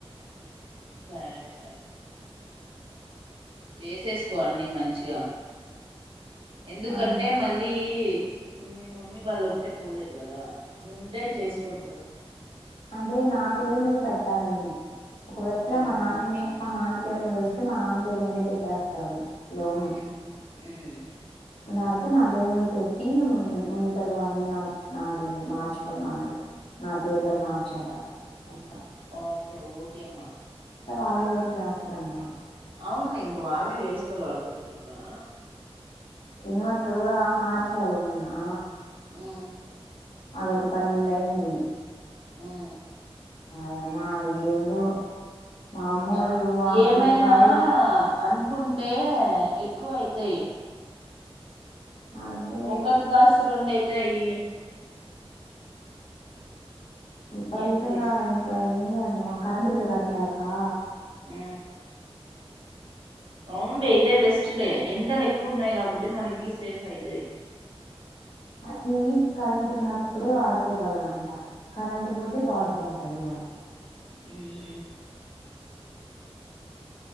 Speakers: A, on the right; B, on the left.
A: సరే సరే చేసేసుకో అన్ని మంచిగా ఎందుకంటే
B: అదే
A: మళ్ళీ మీ మమ్మీ వాళ్ళు ఒకటే పోలేరు కదా నువుంటే చేసుకుంటారు
B: అంటే నా పేరు మీద పెట్టాలని ఒకవేళ
A: అవునా
B: మా నాన్నమే మా నాన్ పేరు మీద వస్తే మా నాన్న పేరు మీదే పెట్ ట్టేస్తరు లోను
A: ఉమ్ ఉమ్,
B: లేకపోతే నా పేరు మీద పెట్టి హుమ్ మీటరు అన్నీ న నాది మార్చుకుందామని నా పేరు మీద
A: ఓకే
B: మార్చేద్దాం మొత్తం
A: ఓకే ఓకేమ్మా
B: వాళ్లే వచ్చి చేస్తారంట
A: అవున్లే ఇంక వాళ్ళే చేస్తరు ఆటోమేటిక్ గా
B: ఇన్వెటర్ గుడా మార్చారు మెన్నా
A: హుమ్
B: అదొక పన్నెండయింది
A: హుమ్
B: అయమ్మా ఏందో మా అమ్మోళ్ళు
A: అద్
B: అప్పుడు
A: ఏమైనా
B: కాయలు
A: అనుకుంటే ఎక్కువ అయితాయ్
B: అదే
A: ఒక్కటి కాసి రొండ్ అయ్ అయి
B: విపరీతంగా
A: ఏం చేసి
B: ఇంకా ఏం అందవా కరంట్ బిల్లు కట్లేకా
A: ఆ అవునులే ఇదే బెస్ట్లే ఎండలు ఎక్కువ ఉన్నాయి కాబట్టి మనకి సేఫ్ అయితాయి
B: అది కరెంము ఉన్నప్పుడే వాడుకోగలంంట కరెంము పోతే పోదింట అది కూడా
A: అ